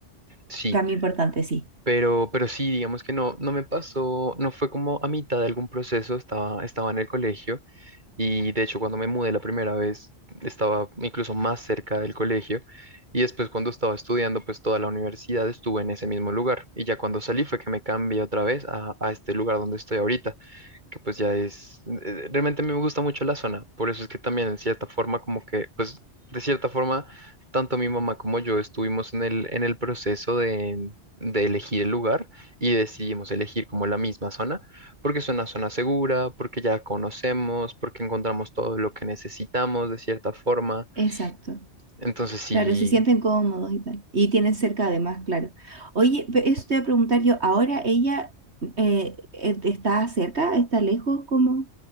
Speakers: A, on the right (about 40°); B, on the right (about 65°).
A: Sí,
B: Cambio importante, sí.
A: pero, pero sí, digamos que no, no me pasó, no fue como a mitad de algún proceso, estaba, estaba en el colegio Y de hecho, cuando me mudé la primera vez, estaba incluso más cerca del colegio. Y después, cuando estaba estudiando, pues toda la universidad estuve en ese mismo lugar. Y ya cuando salí fue que me cambié otra vez a, a este lugar donde estoy ahorita que pues ya es, eh, eh, realmente a mí me gusta mucho la zona, por eso es que también en cierta forma como que, pues de cierta forma, tanto mi mamá como yo estuvimos en el, en el proceso de, de elegir el lugar y decidimos elegir como la misma zona, porque es una zona segura, porque ya conocemos, porque encontramos todo lo que necesitamos de cierta forma,
B: Exacto.
A: entonces sí,
B: Claro, se sienten cómodos y tal. Y tienen cerca además, claro. Oye, pe- eso te voy a preguntar yo, ¿ahora ella eh, eh, está cerca? ¿Está lejos? ¿Cómo?